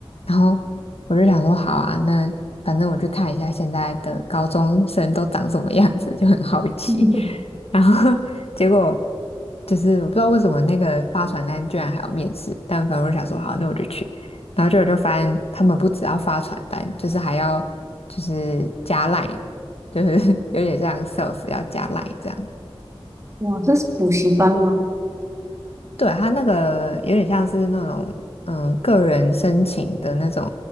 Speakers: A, on the left (about 75°); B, on the right (about 30°).
A: 然后我就想说好啊，那反正我去看一下现在的高中生都长什么样子，就很好奇，
B: <laughs>
A: 然后 <laughs> 结果就是我不知道为什么那个发传单居然还要面试，但反正我就想说好，那我就去。然后就我就发现他们不只要发传单，就是还要就是加 line，就是 <laughs> 有点像 sales 要加 line 这样。
B: 哇，这是补习班吗？
A: 对，他那个有点像是那种嗯、呃个人申请的那种，